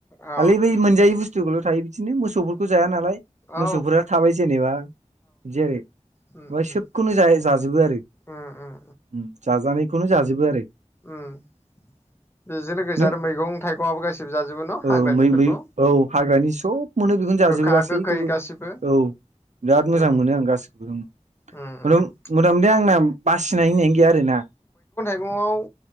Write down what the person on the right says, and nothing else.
खालै बै मोनजायै बुस्थुखौल' थायो बिदिनो मोसौफोरखौ जाया नालाय
मोसौफोरा थाबाय जेनेबा। बिदि आरो ओमफाय
सोबखौनो जा-जाजोबो आरो। ओम
जाजानायखौनो जाजबो आरो।
नों
औ
मै मै औ हाग्रानि सब मोनो बेखौनो जाजोबो
गासैखौबो
औ बिराद
मोजां मोनो आं गासिखौबो ओं।
मथा मथा मथि आंना बासिनाय होननायानो गैया आरोना।